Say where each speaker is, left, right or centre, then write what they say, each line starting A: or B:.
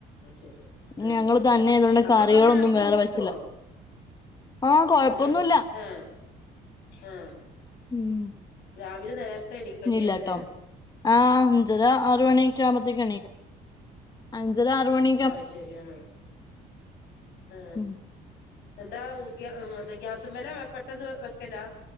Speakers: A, on the left; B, on the left.
A: ശരി ആ
B: ഞങ്ങള് തന്നെ ആയതുകൊണ്ട്
A: അപ്പ
B: കറികളൊന്നും
A: പിന്നെ അടങ്ങി
B: വേറെ
A: നിക്കുവോ
B: വെച്ചില്ല ആഹ് കൊഴപ്പൊന്നുല്ല
A: അങ്ങനെ ആ ആ
B: ഉം
A: രാവിലെ നേരത്തെ എണിക്കേണ്ടിരുല്ലേ
B: ഇല്ലാട്ടോ ആഹ് അഞ്ചര ആറ് മണി ഒക്കെ ആകുമ്പോത്തേക്ക എണീക്കും അഞ്ചര ആറ് മണി
A: അ ശരി ആ ആ
B: ഉം
A: എന്താ ഗ്യാസ്മെൽ ആണ പെട്ടെന്ന് വെക്കലാ